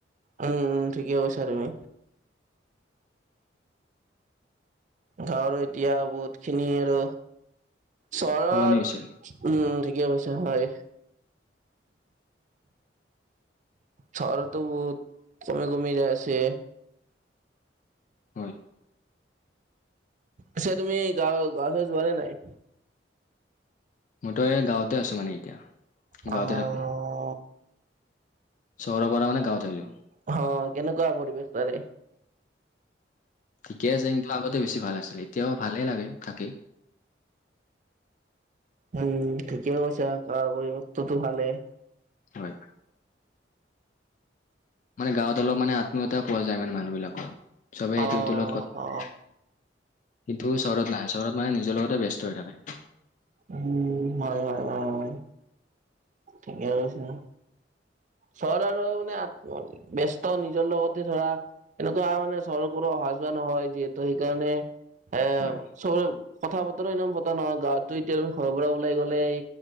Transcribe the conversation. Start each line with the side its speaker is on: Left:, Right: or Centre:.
Right: উম, উম, ঠিকে কৈছা তুমি। গাঁৱৰ এতিয়া বহুত খিনি আৰু, চহৰৰ
Left: সলনি হৈছে
Right: উম, ঠিকে কৈছা হয়। চহৰতটো বহুত কমি, কমি যায় আছে।
Left: হয়
Right: পিছে, তুমি গা- গাঁৱলে যোৱা নে নাই?
Left: মইতো এইয়া গাঁৱতে আছোঁ মানে এতিয়া।
Right: অ'।
Left: গাঁৱতে থাকো চহৰৰ পৰা মানে গাঁৱত আহিলোঁ।
Right: অ', কেনেকুৱা পৰিৱেশ তাৰে?
Left: ঠিকে আছে কিন্তু আগতে বেছি ভাল আছিল, এতিয়াও ভালে লাগে থাকি।
Right: উম, ঠিকেই কৈছা গাঁৱৰ পৰিৱেশটো ভালেই।
Left: হয়। মানে গাঁৱত অলপ মানে আত্মীয়তা পোৱা যায় মানে মানুহবিলাকৰ, চবেই
Right: অ
Left: এইটোৰ সেইটোৰ কথা
Right: অ
Left: কিন্তু চহৰত নাই, চহৰত মানে নিজৰ লগতে ব্যস্ত হৈ থাকে।
Right: উম, হয়, হয়, হয়, হয়। ঠিকে কৈছা। চহৰত আৰু মানে ব্যস্ত নিজৰ লগতে ধৰা। এনেকুৱা মানে চহৰত <unintelligible> অহা যোৱা নহয় যিহেতু সেইকাৰণে এ,
Left: হয়
Right: চব কথা বতৰা এনেও পতা নহয়। গাঁৱতো এতিয়া তুমি ঘৰৰ পৰা ওলাই গ'লেই